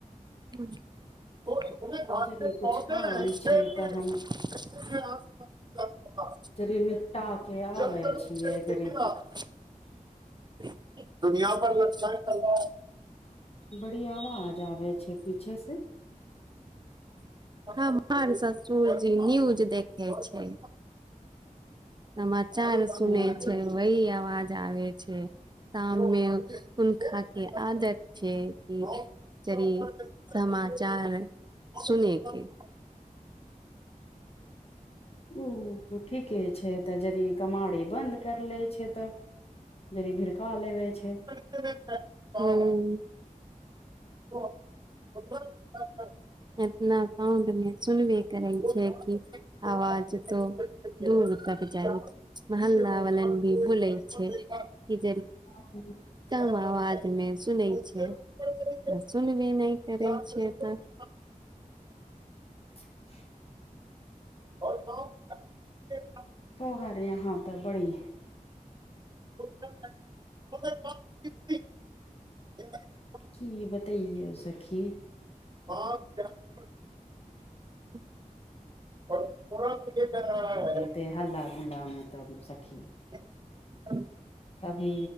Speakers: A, on the right; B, on the left.
A: हँ
B: जदि कुछ काम छै
A: <unintelligible>
B: तऽ हम
A: <unintelligible>
B: जरी निपटा के आबे छियै जरी
A: <unintelligible>
B: बड़ी आवाज आबे छै पीछे से
A: हमार ससुरजी न्यूज देखै छै समाचार सुने
B: ह
A: छै वहि आवाज आबे छै शाम मे उनका के आदत छै कि समाचार सुनेके
B: ओ त ठीके छै त जरी कमारी बन्द कर ले छै त जनी भिरखा लेबे छै
A: ह <unintelligible> ओ ओ <unintelligible> एतना साउंड मे सुनबे करै छिय कि आवाज तो दूर तक जाइ मोहल्ला वाल भी बुलै छै कि
B: ह <inaudible>
A: कम आवाज मे सुनै छै सुनबे नहि करै छिय तऽ
B: <inaudible>
A: <unintelligible>
B: तोहारे यहा तऽ बड़ी
A: <unintelligible>
B: की बताइए ओ सखि
A: <unintelligible> <unintelligible>
B: त हल्ला गुल्लामे तऽ सखी
A: <unintelligible>
B: कभी